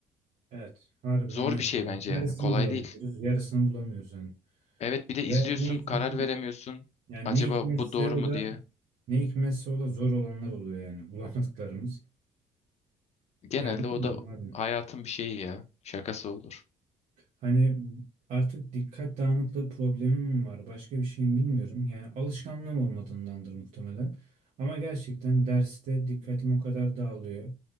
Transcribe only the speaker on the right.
Evet, harbiden
öyle.
Yani
yarısını
bulabiliyoruz,
yarısını bulamıyoruz yani.
Ve ne hikmet-
yani
ne hikmetse
o
da
ne hikmetse o da zor olanlar oluyor yani <laughs> bulamadıklarımız.
Ya bilmiyorum
abi.
Hani artık dikkat dağınıklığı problemim mi var, başka bir şeyim bilmiyorum. Yani alışkanlığım olmadığındandır muhtemelen. Ama gerçekten derste dikkatim o kadar dağılıyor.